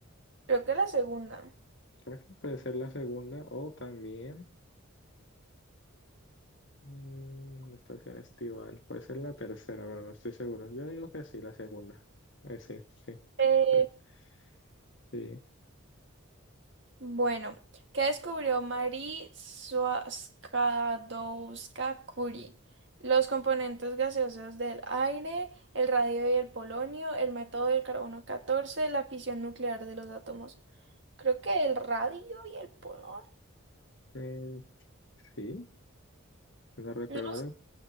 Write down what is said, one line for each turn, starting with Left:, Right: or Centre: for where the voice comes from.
Right: creo que la segunda.
Left: Creo que puede ser la segunda o también... Mm, la estación estival, puede ser la tercera, pero no estoy seguro. Yo digo que sí, la segunda. Eh, sí, sí,
Right: Eh,
Left: <laughs> sí.
Right: Bueno, ¿qué descubrió Marie Sklodowska-Curie? Los componentes gaseosos del aire, el radio y el polonio, el método del carbono 14, la fisión nuclear de los átomos. Creo que el radio y el polonio.
Left: Eh, sí, no recuerdo,
Right: No,